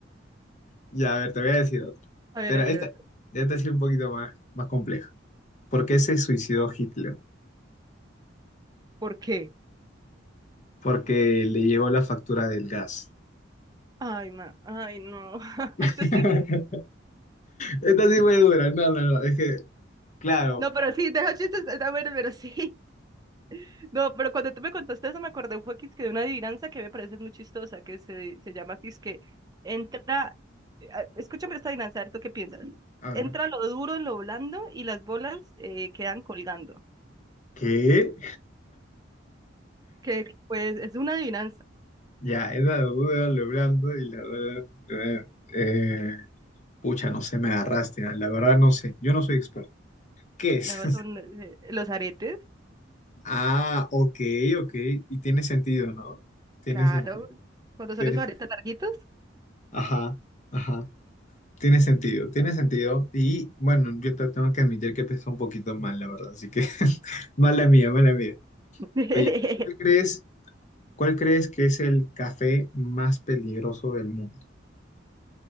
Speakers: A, on the left (about 40°); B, on the right (about 20°).
A: Ya, a ver, te voy a decir otra.
B: A ver,
A: Pero
B: otro,
A: esta,
B: otro.
A: esta sí es un poquito más, más compleja. ¿Por qué se suicidó Hitler?
B: ¿Por qué?
A: Porque le llegó la factura del gas.
B: Ay, ma, ay, no. <laughs> Eso
A: <laughs>
B: sí.
A: Esta sí fue dura. No, no, no. Es que, claro.
B: No, pero sí, deja chistes, está bueno, pero sí. <laughs> No, pero cuando tú me contaste eso me acordé un poquito que de una adivinanza que me parece muy chistosa, que se, se llama que es que entra, eh, a- escúchame esta adivinanza, a ver, ¿tú qué piensas?
A: A ver.
B: Entra lo duro en lo blando y las bolas eh, quedan colgando.
A: ¿Qué?
B: Que pues es una adivinanza.
A: Ya, esa duda, lo blando y la verdad, eh, eh, pucha, no sé, me agarraste, ah, la verdad no sé, yo no soy experto. ¿Qué es?
B: Luego
A: <laughs>
B: son eh, eh, los aretes,
A: Ah, ok, ok, y tiene sentido, ¿no? Tiene
B: Claro,
A: sentido.
B: cuando
A: Tiene-
B: son esos aretes larguitos.
A: Ajá, ajá. Tiene sentido, tiene sentido. Y bueno, yo te tengo que admitir que empezó un poquito mal, la verdad, así que <laughs> mala mía, mala mía.
B: <laughs>
A: Oye, ¿cuál crees, cuál crees que es el café más peligroso del mundo?